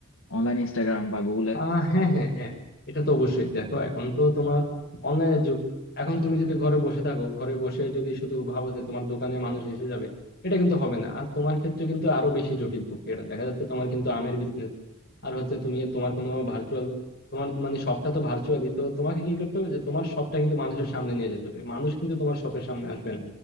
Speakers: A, on the left; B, on the left.
A: অনলাইন ইনস্টাগ্রাম বা গুগলে
B: আহ হ্যাঁ হ্যাঁ হ্যাঁ এটা তো অবশ্যই দেখো এখন তো তোমার অনলাইনের যুগ এখন তুমি যদি ঘরে বসে থাকো ঘরে বসে যদি শুধু ভাবো যে তোমার দোকানে মানুষ এসে যাবে এটা কিন্তু হবে না আর তোমার ক্ষেত্রে কিন্তু আরো বেশি জটিল প্রক্রিয়াটা দেখা যাচ্ছে তোমার কিন্তু আমের বিজনেস আর হচ্ছে তুমি তোমার কোনো ভার্চুয়াল তোমার মানে শপটা তো ভার্চুয়ালি তো তোমাকে কি করতে হবে যে তোমার শপটা কিন্তু মানুষের সামনে নিয়ে যেতে হবে মানুষ কিন্তু তোমার শপের সামনে আসবে না